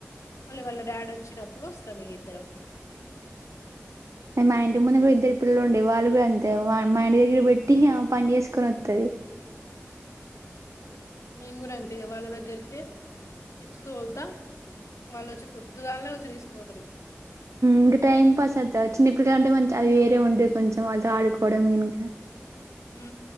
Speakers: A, on the left; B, on the right.
A: మళ్ళీ వాళ్ళ డాడీ వచ్చినప్పుడు వస్తాం ఇ రు
B: మా అంటి ముందు కూడా ఇద్దరు పిల్లలు ఉండ వాళ్ళు అంతే మా ఇంటి దగ్గర పెట్టి పని చేసుకొని వస్తది
A: నేను కూడా ఎంతేగా వాళ్ళ దగ్గరికే ఇచ్చి తోలుతా వాళ్ళు వచ్చి పొద్దుగానే వచ్చి తీసుకోతారు
B: ఇంకా టైం పాస్ అవుత చిన్నప్పటిక అంటే మంచి అది వేరే ఉంటది కొంచెం ఆడుకోవడం వెనుక
A: ఉ